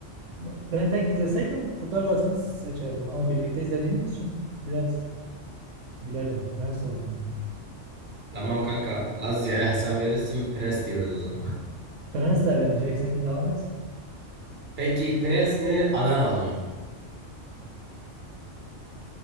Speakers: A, on the right; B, on the right.
A: ben tek izleseydim Kurtlar Vadisi'ni seçerdim. Ama birlikte izlediğimiz için biraz gülelim. Prens olsun.
B: Tamam kanka, Laz Ziya'ya hesap verirsin, Prens diyoruz o zaman.
A: Prens de elemeyecek. Sen bir devam et.
B: Peki Prens mi, Adanalı mı?